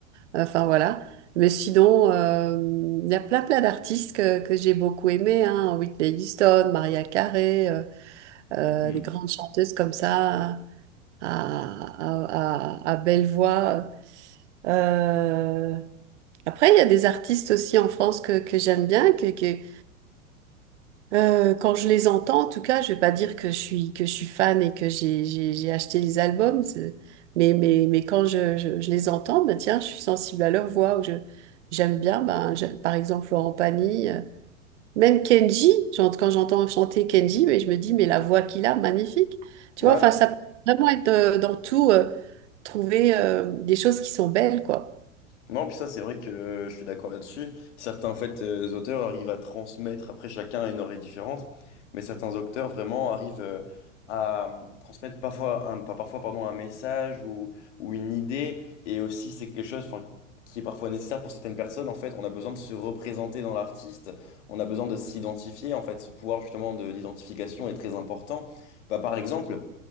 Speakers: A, on the right (about 60°); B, on the left (about 60°).
A: Enfin voilà. Mais sinon, euh, il y a plein plein d'artistes que, que j'ai beaucoup aimés, hein. Whitney Houston, Maria Carey, euh, euh,
B: Hmm.
A: des grandes chanteuses comme ça, à, à, à, à belle voix. Euh, Après, il y a des artistes aussi en France que, que j'aime bien, que, que, Euh, quand je les entends, en tout cas, je vais pas dire que je suis que je suis fan et que j'ai j'ai j'ai acheté les albums, c'est- mais mais mais quand je je, je les entends, ben tiens, je suis sensible à leur voix ou je j'aime bien, ben je- par exemple Florent Pagny, euh, même Kenji, j'en- quand j'entends chanter Kenji, mais je me dis mais la voix qu'il a, magnifique, tu
B: Ouais.
A: vois, enfin ça peut vraiment être euh, dans tout euh, trouver euh, des choses qui sont belles quoi.
B: Non, puis ça, c'est vrai que euh, je suis d'accord là-dessus. Certains, en fait, euh, auteurs arrivent à transmettre, après chacun a une oreille différente, mais certains auteurs vraiment arrivent euh, à transmettre parfois, un, enfin, parfois pardon, un message ou, ou une idée, et aussi c'est quelque chose enfin, qui est parfois nécessaire pour certaines personnes. En fait, on a besoin de se représenter dans l'artiste, on a besoin de s'identifier, en fait, ce pouvoir justement de l'identification est très important. Bah, par exemple,